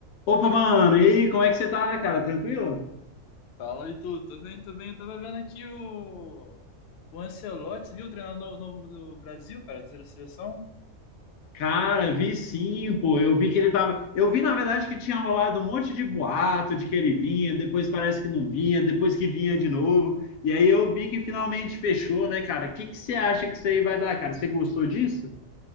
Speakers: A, on the left; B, on the left.
A: Opa, mano, e aí, como é que você tá, cara? Tranquilo?
B: Fala, Itu. Tudo bem, tudo bem. Eu tava vendo aqui o, o Ancelotti, viu? O treinador novo do Brasil, cara, da seleção.
A: Cara, vi sim, pô. Eu vi que ele tava. Eu vi, na verdade, que tinha rolado um monte de boato de que ele vinha, depois parece que não vinha, depois que vinha de novo. E aí eu vi que finalmente fechou, né, cara? O que que você acha que isso aí vai dar, cara? Você gostou disso?